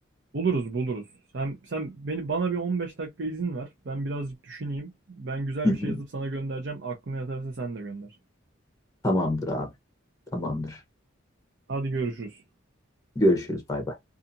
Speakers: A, on the right (about 60°); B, on the left (about 15°).
A: buluruz buluruz. Sen sen beni bana bir 15 dakika izin ver. Ben birazcık düşüneyim. Ben güzel
B: Hı hı.
A: bir şey yazıp sana göndereceğim. Aklına yatarsa sen de gönder.
B: Tamamdır abi. Tamamdır.
A: Hadi görüşürüz.
B: Görüşürüz. Bay bay.